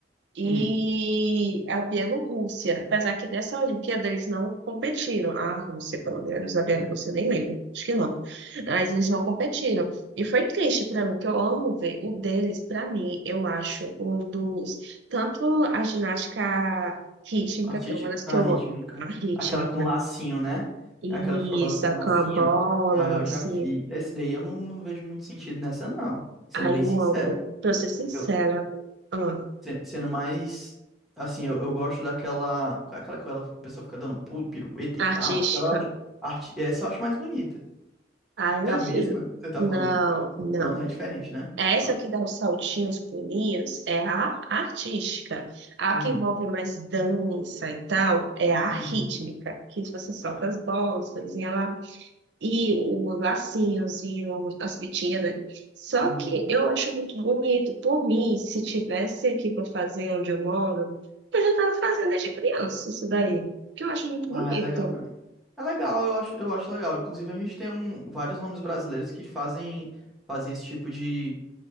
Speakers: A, on the right; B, in the centre.
A: e
B: hum.
A: a Bielorrússia, apesar que dessa Olimpíada eles não competiram, a Rússia, pelo menos, a Bielorrússia nem lembra? acho que não, mas eles não competiram, e foi triste para mim, que eu amo ver o deles, para mim, eu acho, um dos, tanto a ginástica rítmica,
B: Artista...
A: que é uma das
B: Ah,
A: que eu
B: rítmica.
A: amo, a rítmica,
B: Aquela com lacinho, né?
A: e
B: Aquela que fica balançando
A: sacar
B: lacinho.
A: a bola,
B: Ah,
A: lance,
B: eu já fiz. Esse daí eu não, não vejo muito sentido nessa, não. Sendo
A: ai
B: bem
A: eu
B: sincero.
A: amo, pra ser sincera,
B: Eu,
A: ah,
B: se- sendo mais. Assim, eu, eu gosto daquela. Qual é aquela que ela, a pessoa fica dando pulo, pirueta
A: artística,
B: e tal? Aquela eu acho. Arte, essa eu acho mais bonita.
A: ai meu
B: É a mesma
A: filho,
B: que você tá
A: não,
B: falando?
A: não.
B: Não, não é diferente, né?
A: Essa
B: Tá.
A: que dá os saltinhos, pulinhos, é a artística. A
B: Hum,
A: que envolve mais dança e tal, é a rítmica,
B: uhum,
A: que você solta
B: tá.
A: as bolsas e ela e os lacinhos e o- as fitinhas. né? Só
B: Uhum.
A: que eu acho muito bonito. Por mim, se tivesse aqui para fazer onde eu moro, eu já estava fazendo desde criança isso daí, que eu acho muito
B: Ah,
A: bonito.
B: é legal mesmo. É legal, eu acho, eu acho legal. Inclusive, a gente tem um, vários nomes brasileiros que fazem, fazem esse tipo de,